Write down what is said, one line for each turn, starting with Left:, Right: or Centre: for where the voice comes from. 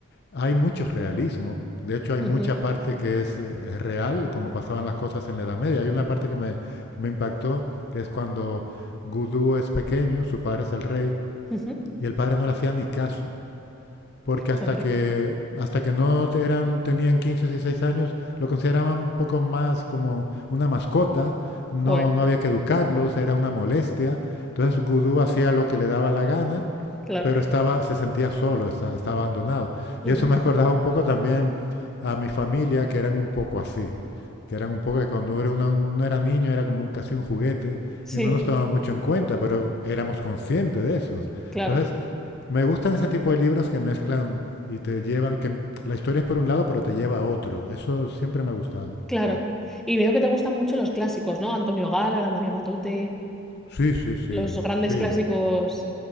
Left: hay mucho realismo. De hecho, hay
Centre: Ujú,
Left: mucha parte que es, eh, es real, como pasaban las cosas en la Edad Media. Hay una parte que me, me impactó, que es cuando Gudú es pequeño, su padre es el rey,
Centre: ujú.
Left: y el padre no le hacía ni caso, porque hasta
Centre: Pobre.
Left: que, hasta que no eran, tenían 15 o 16 años, lo consideraban un poco más como una mascota, no,
Centre: Joder,
Left: no había que educarlos, era una molestia. Entonces Gudú hacía lo que le daba la gana,
Centre: claro.
Left: pero estaba, se sentía solo, estaba, estaba abandonado.
Centre: Ujú.
Left: Y eso me acordaba un poco también a mi familia, que eran un poco así que eran un poco que cuando uno, uno era niño era como un, casi un juguete
Centre: Sí,
Left: y no nos tomaba mucho en cuenta, pero éramos conscientes de eso.
Centre: claro,
Left: Entonces, me gustan ese tipo de libros que mezclan y te llevan, que la historia es por un lado, pero te lleva a otro. Eso siempre me ha gustado.
Centre: claro. Y veo que te gustan mucho los clásicos, ¿no? Antonio Gala, Ana María Matute.
Left: Sí, sí, sí,
Centre: Los grandes
Left: sí.
Centre: clásicos